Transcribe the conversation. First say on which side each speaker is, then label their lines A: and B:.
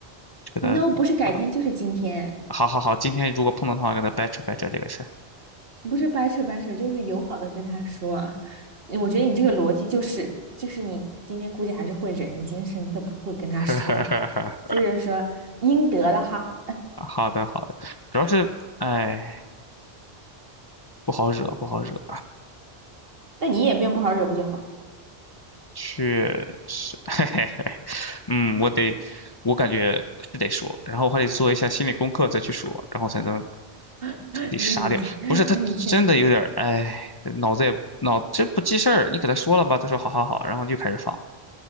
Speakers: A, on the left; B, on the right.
A: 就给他，
B: 你那不是改天就是今天。
A: 好的，好好好，今天如果碰到他，我给他掰扯掰扯这个事儿。
B: 不是掰扯掰扯，就是友好的跟他说啊。我觉得你这个逻辑就是，就是你今天估计还是会忍，你今天甚至都不会跟他说，
A: <laughs>
B: 就是说应得的哈。
A: 好的，好的，主要是，哎，不好惹，不好惹，
B: 那你也变不好惹不就好了？
A: 确实，<laughs> 嘿嘿嘿，嗯，我得，我感觉是得说，然后我还得做一下心理功课再去说，然后才能
B: <laughs>
A: 彻底杀掉。
B: 那你那你先
A: 不是他真的有点儿，哎，脑子也脑这不记事儿，你给他说了吧，他说好好好，然后又开始放。